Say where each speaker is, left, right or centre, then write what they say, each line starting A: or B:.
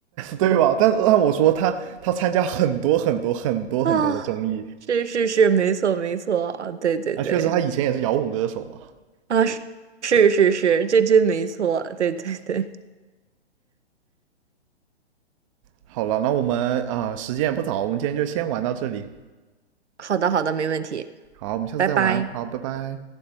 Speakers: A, on the right (about 30°); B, on the right (about 80°).
A: 对吧？但但我说他他参加很多很多很多很多的综艺，
B: <laughs> 啊。是是是，没错没错啊，对对对。
A: 那啊，确实他以前也是摇滚歌手嘛。
B: 啊，是是是，这真没错，对对对，
A: 好了，那我们啊、呃时间也不早，我们今天就先玩到这里。
B: <laughs> 好的好的，没问题，
A: 好，我们下次再玩。
B: 拜拜。
A: 好，拜拜。